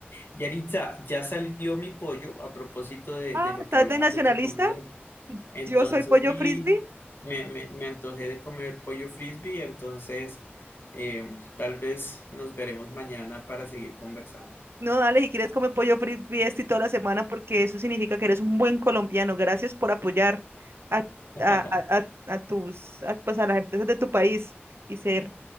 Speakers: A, on the left; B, on the right.
A: Yaritza, ya salió mi pollo a propósito de,
B: Ah,
A: de lo
B: ¿estás
A: que hablábamos
B: de nacionalista?
A: de comida. Entonces
B: Yo soy pollo
A: sí,
B: frisbee.
A: me, me, me antojé de comer pollo frisbee, entonces eh, tal vez nos veremos mañana para seguir conversando.
B: No, dale, si quieres come pollo frito y toda la semana porque eso significa que eres un buen colombiano. Gracias por apoyar a,
A: <laughs>
B: a, a, a- a tus, a, pues a las empresas de tu país y ser